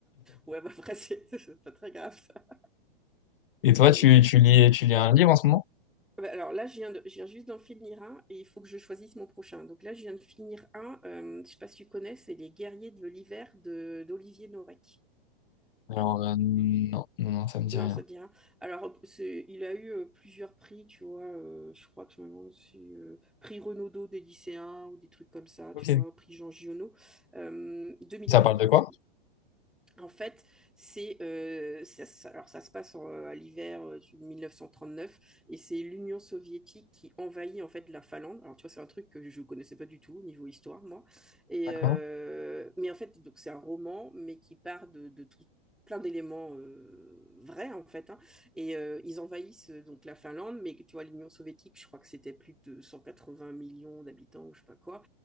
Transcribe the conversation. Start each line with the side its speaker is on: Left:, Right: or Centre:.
Centre: Ouais, bah après, c'est <laughs> c'est pas très grave, ça.
Left: Et toi, tu,
Centre: Non, c'est-
Left: tu lis, tu lis un livre en ce moment?
Centre: Ah bah alors là, je viens, de- je viens juste d'en finir un et il faut que je choisisse mon prochain. Donc là, je viens de finir un, euh, je sais pas si tu connais, c'est Les Guerriers de l'hiver de d'Olivier Norek.
Left: Alors, euh, non, non, non, ça me dit
Centre: Non,
Left: rien.
Centre: ça te dit rien. Alors, c'est, il a eu euh, plusieurs prix, tu vois. euh, je crois que je me demande si euh, prix Renaudot des lycéens ou des trucs comme ça,
Left: Ok.
Centre: tu vois, prix Jean Giono, euh, 2024.
Left: Ça parle de quoi?
Centre: En fait, c'est euh, ça, alors ça se passe en- euh, à l'hiver euh, du 1939 et c'est l'Union soviétique qui envahit en fait la Finlande. Alors tu vois, c'est un truc que je ne connaissais pas du tout au niveau histoire moi. Et
Left: D'accord.
Centre: euh, mais en fait, donc c'est un roman mais qui part de, de tout plein d'éléments euh, vrais en fait hein. et euh, ils envahissent euh, donc la Finlande mais tu vois l'Union soviétique je crois que c'était plus de 180 millions d'habitants ou je sais pas quoi